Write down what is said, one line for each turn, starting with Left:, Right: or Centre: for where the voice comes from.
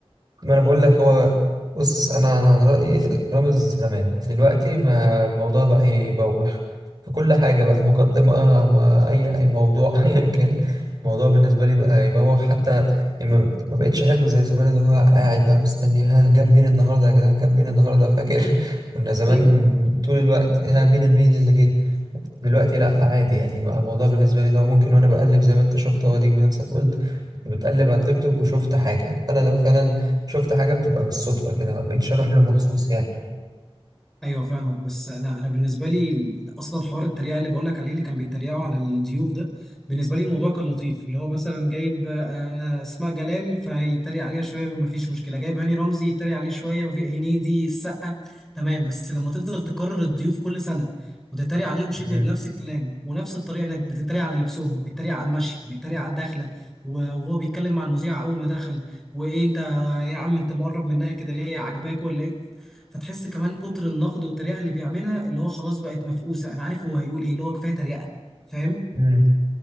Right: ما انا بقول لك هو بص انا انا عن رايي رامز زمان دلوقتي ما الموضوع بقى يبوخ في كل حاجه بقى مقدمه ما اي اي موضوع <laughs> ايا كان الموضوع بالنسبه لي بقى يبوخ حتى يعني ما ما بقتش احبه زي زمان اللي هو قاعد بقى مستني ها جاب مين النهارده يا جدعان جاب مين النهارده فاكر <laughs> كنا زمان
Centre: ايوه
Right: طول الوقت ها مين مين اللي جه دلوقتي لا عادي يعني بقى الموضوع بالنسبه لي اللي هو ممكن وانا بقلب زي ما انت شفت هو ديك بنفسك قلت كنت بتقلب على التيك توك وشفت حاجه فانا لو فعلا شفت حاجه بتبقى بالصدفه كده ما بقيتش اروح له مخصوص يعني
Centre: ايوه فاهمك بس انا انا بالنسبه لي ال- اصلا حوار التريقه اللي بقول لك عليه اللي كان بيتريقوا على الضيوف ده بالنسبه لي الموضوع كان لطيف اللي هو مثلا جايب آه، آه، اسماء جلال فيتريق عليها شويه ما فيش مشكله جايب هاني رمزي يتريق عليه شويه ما في هنيدي السقا تمام بس لما تفضل تكرر الضيوف كل سنه وتتريق عليهم شبه
Right: مم.
Centre: بنفس الكلام ونفس الطريقه انك بتتريق على لبسهم ويتريق على المشي ويتريق على الدخله و- وهو بيتكلم مع المذيع اول ما دخل وايه انت يا عم انت مقرب منها كده ليه عاجباك ولا ايه فتحس كمان كتر النقد والتريقه اللي بيعملها اللي هو خلاص بقت مفقوسه انا عارف هو هيقول ايه اللي هو كفايه تريقه فاهم
Right: امم